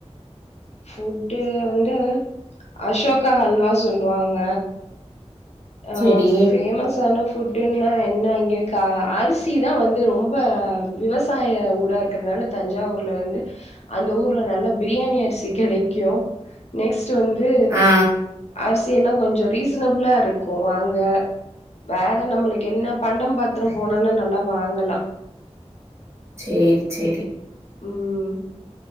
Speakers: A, on the left; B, on the right.
A: ஃபுட்டு வந்து அசோகா அல்வா சொல்லுவாங்க அ
B: சரி.
A: ஃபேமஸ் ஆன ஃபுட்டுன்னா என்ன இங்க கா அரிசி தா வந்து ரொம்ப விவசாய ஊரா இருக்குறனால தஞ்சாவூர்ல வந்து அந்த ஊர்ல நல்ல பிரியாணி அரிசி கெடைக்கும் நெக்ஸ்ட்டுவந்து
B: ஆ
A: அரிசிஎல்லாம் கொஞ்சோம் ரீசனபலா இருக் கூ அங்க வேற நம்மளுக்கு என்ன பண்டம் பாத்திரம் பேனா நல்லா வாங்கலாம்
B: சேரி சேரி
A: உம்